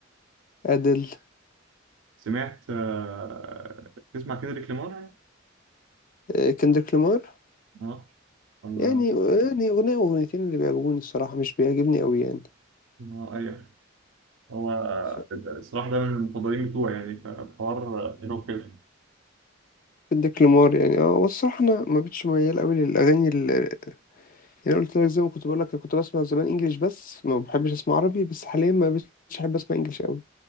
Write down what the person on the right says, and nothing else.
سمعت آه، تسمع كندريك لامار
اه ولا
آه، ايوه هو آه،
الصراحة ده من المفضلين بتوعي يعني فالحوار آه، حلو كده